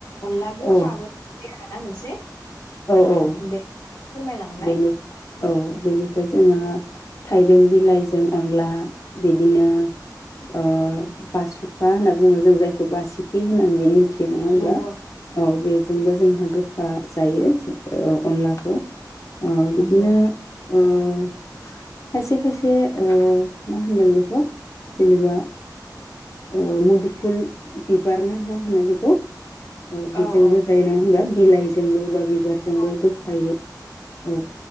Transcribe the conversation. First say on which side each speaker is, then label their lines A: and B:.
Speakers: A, on the left; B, on the left.
A: अनदला गोखाबो
B: औ
A: थांबाय आरो <unintelligible> ना मोनसे
B: औ
A: अ
B: औ
A: दे फोरमायलांनाय
B: बेनि औ बेनिफ्राय जोङो थाइबें बिलाइजों अनला बिदिनो ओ बासुखा होनना बुङो जों जायखौ बासिकि होननानैबो मिथियो नङा हब्ला
A: नंगौ नोंथां
B: औ बेजोंबो जोंहा ओ जायो ओ अनलाखौ ओ बिदिनो
A: नंगौ
B: ओ खायसे खायसे ओ मा होनगोन बेखौ जेनेबा ओ मुदुफुल बिबारना मा होनो बेखौ? अ बेजोंबो
A: औ औ
B: जायो नङा होनबा? बिलाइजोंबो एबा बिबारजोंबो
A: औ
B: होफायो। औ